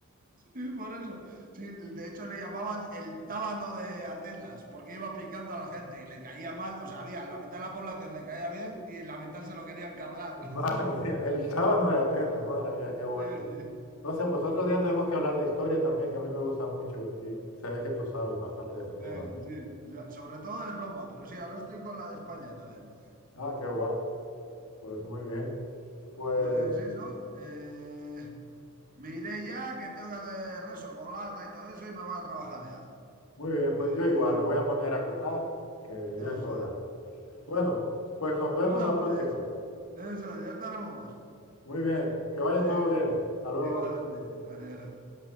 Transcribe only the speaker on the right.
Sí, por eso. Sí, de hecho le llamaban el tábano de Atenas porque iba picando a la gente y le caía mal. O sea, había la mitad de la población le caía bien y la mitad se lo querían cargar.
Sí, sí.
Venga, sí. O sea, sobre todo de Roma, pero sí, ahora estoy con la de España también.
Pues eso. eh, me iré ya, que tengo que hacer rezo, colada y todo eso, y me voy a trabajar ya.
Eh,
eso
es.
Bueno,
pues
eso, ya estaremos.
Venga,
igualmente. Adiós.